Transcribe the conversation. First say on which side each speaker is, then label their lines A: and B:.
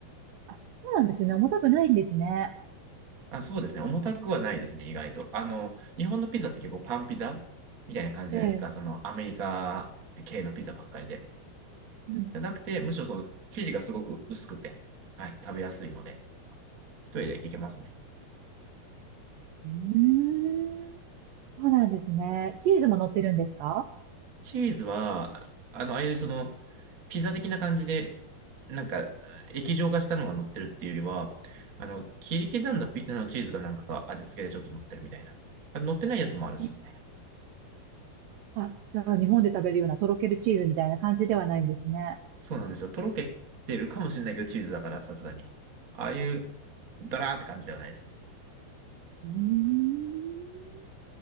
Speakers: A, on the right; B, on the right.
A: あ、あ、そうなんですね。重たくないんですね。
B: あ、そうですね。重たくはないですね、意外と。あの、日本のピザって結構パンピザみたいな感じじゃないですか。
A: ええ、
B: そのアメリカ系のピザばっかりで。
A: うん。
B: じゃなくて、むしろその生地がすごく薄くて、はい、食べやすいので、一人でいけますね。
A: うーん、そうなんですね。チーズも乗ってるんですか
B: チーズは、あの、ああいうその、ピザ的な感じで、なんか、液状化したのが乗ってるっていうよりは、あの、切り刻んだピあのチーズがなんかが味付けでちょっと乗ってるみたいな。乗ってないやつもあるし、
A: ええ
B: みたいな。
A: あ、じゃあ日本で食べるようなとろけるチーズみたいな感じではないんですね。
B: そうなんですよ。とろけてるかもしれないけど、チーズだから、さすがに。ああいう、ダラーって感じではないですね。
A: うーん、